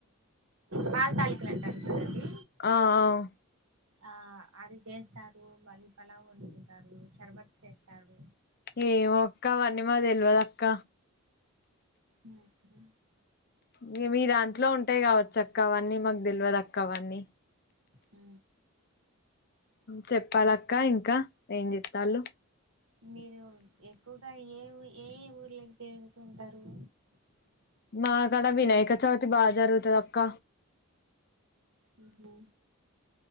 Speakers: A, on the right (about 70°); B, on the left (about 45°).
A: పాల్ తాళికలంటరూ చూడండి
B: ఆ ఆ
A: ఆ అది చేస్తారు మళ్ళీ పలావ్ వండుకుంటారు షర్బత్ చేస్తారు
B: ఏమో అక్క అవన్నీ మాక్ తెల్వద్ అక్క
A: ఉహు
B: ఇగా మీ దాంట్లో ఉంటాయి కావచ్చు అక్క అవన్నీ మాకు దెల్వదక్క అవన్నీ
A: ఆ
B: చెప్పాలక్క ఇంకా ఏం జెత్తళ్లు
A: మీరు ఎక్కువగా ఏ ఏ ఊర్లకి దేవుకుంటరు
B: మాకడ వినాయక చవితి బాగా జరుగుతదక్క
A: ఊహూ